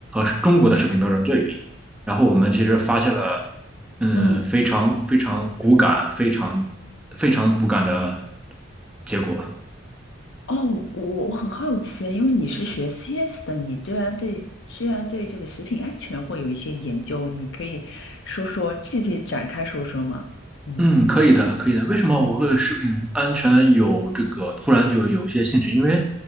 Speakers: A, in the centre; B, on the left.
A: 和中国的食品标准对比。然后我们其实发现了，嗯，
B: 嗯
A: 非常非常骨感，非常非常骨感的结果。
B: 哦，我我很好奇，因为你是学 CS 的，你居然对居然对这个食品安全会有一些研究，你可以说说具体展开说说吗？嗯，
A: 嗯，可以的，可以的。为什么我会食品安全有这个突然就有一些兴趣？因为，